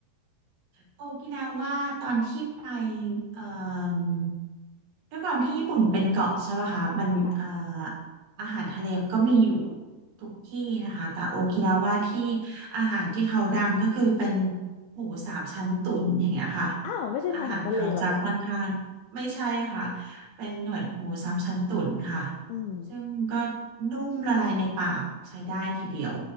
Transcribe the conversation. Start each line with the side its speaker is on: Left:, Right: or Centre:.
Right: โอกินาว่าตอนที่ไปเอ่อ ด้วยความที่ญี่ปุ่นเป็นเกาะใช่ปะคะมันเอ่อ
Left: ค่ะ
Right: อาหารทะเลก็มีอยู่ทุกที่นะคะแต่โอกินาว่าที่อาหารที่เขาดังก็คือเป็นหมูสามชั้นตุ๋นอย่างเงี้ยค่ะ
Left: อ้าวไม่ใช่อาหารทะเลหรอกเหรอ
Right: อาหารเขาจะค่อนข้างไม่ใช่ค่ะเป็นเหมือนหมูสามชั้นตุ๋นค่ะ
Left: <laughs> อืม
Right: ซึ่งก็นุ่มละลายในปากใช้ได้ทีเดียว